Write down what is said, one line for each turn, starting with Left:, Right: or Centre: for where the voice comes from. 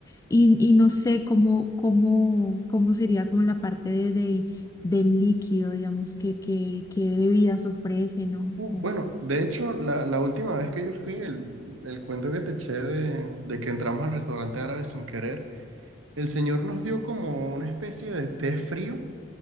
Left: Y, y no sé cómo, cómo, cómo sería como la parte de, de, del líquido, digamos, que, que, que bebidas ofrecen, ¿no?
Right: Uh,
Left: O-
Right: bueno, de hecho, la, la última vez que yo fui, el, el cuento que te eché de, de que entramos al restaurante árabe sin querer, el señor nos dio como una especie de té frío,